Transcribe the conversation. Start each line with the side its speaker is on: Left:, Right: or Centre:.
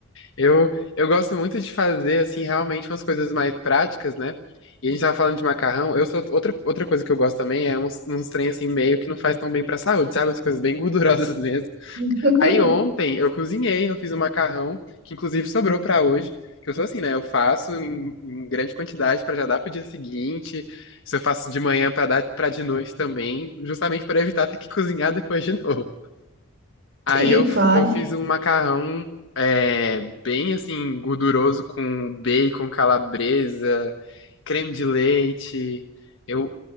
Left: Eu, eu gosto muito de fazer, assim, realmente umas coisas mais práticas, né? E a gente tava falando de macarrão. Eu sou outra, outra coisa que eu gosto também é uns, uns trem assim meio que não faz tão bem pra saúde, sabe? Umas coisas bem gordurosas <laughs> mesmo.
Right: <laughs>
Left: Aí ontem eu cozinhei, eu fiz um macarrão que inclusive sobrou pra hoje. Que eu sou assim, né? Eu faço em, em grande quantidade pra já dar pro dia seguinte. Se eu faço de manhã pra dar para de noite também, justamente pra evitar ter que cozinhar depois de <laughs> novo.
Right: Sim,
Left: Aí eu,
Right: claro.
Left: eu fiz um macarrão é, bem assim, gorduroso com bacon, calabresa, creme de leite. Eu